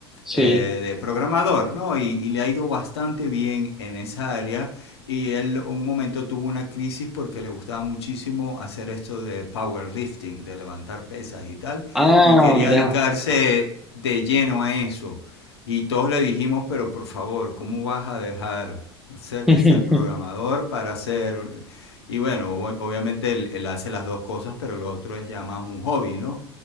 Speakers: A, on the left (about 75°); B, in the centre.
A: eh,
B: Sí.
A: de programador, ¿no? Y, y, le ha ido bastante bien en esa área. Y él un momento tuvo una crisis porque le gustaba muchísimo hacer esto de powerlifting, de levantar pesas y tal.
B: Ah,
A: Y quería
B: mirá.
A: dedicarse de lleno a eso. Y todos le dijimos, pero por favor, ¿cómo vas a dejar de
B: <laughs>
A: ser programador para ser... Y bueno, obviamente él, él hace las dos cosas, pero lo otro es ya más un hobby, ¿no?